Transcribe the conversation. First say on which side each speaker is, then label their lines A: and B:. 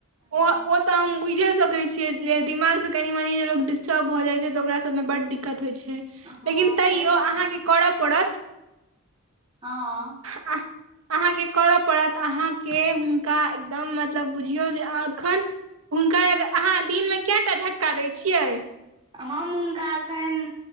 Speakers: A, on the right; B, on the right.
A: हँ।
B: ओ ओ तऽ हम बुझे सकैत छीये जे दिमाग से कनी- मनी जे लोग डिस्टर्ब भ जाय छै, तऽ ओकरा सब मे बड दिककत होय छै।
A: हँ
B: लेकिन तैयो
A: ताहि दुआरे
B: अहाँके करऽ पड़त।
A: हँ।
B: आ अहाँके करय पड़त अहाँके हुनका एकदम मतलब बुझियौ जे एखन हुनकर ल अहाँ दिनमे कए टा झटका दै छियै?
A: हम हुनका एखैन